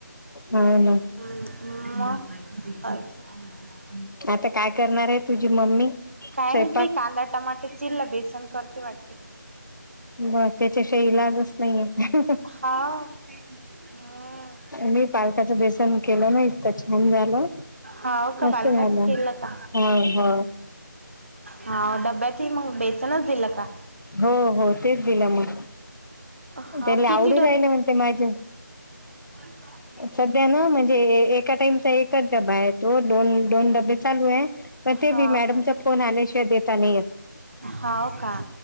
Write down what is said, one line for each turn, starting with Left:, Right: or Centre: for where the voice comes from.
Left: हा ना
Right: <unintelligible>
Left: आता काय करणार आहे तुझी मम्मी
Right: काय
Left: स्वंपाक
Right: माहित बाई कांदा टमाटे चिल्ला बेसन करते वाटे
Left: ब त्याच्या शहीलाजच नाही आहे
Right: हाव हम्म
Left: मी पालकाचं व्यसन केलं ना इतकं छान झालं
Right: हो हो का
Left: मस्त
Right: बालकाच
Left: झालं
Right: खेळलं का
Left: हो हो
Right: हा डब्यात मग बेसनच दिलं का
Left: हो हो तेच दिलं मग
Right: हा
Left: त्याला
Right: किती
Left: आवडू राहिलं म्हणते माझ्या
Right: ह का
Left: सध्या ना म्हणजे एका टाइमचा एकच डबा आहे तो दोन, दोन डब्बे चालू आहे मग
Right: हाव
Left: ते मी मॅडमचा
Right: का
Left: फोन आल्याशिवाय देता नाही येत
Right: हाव का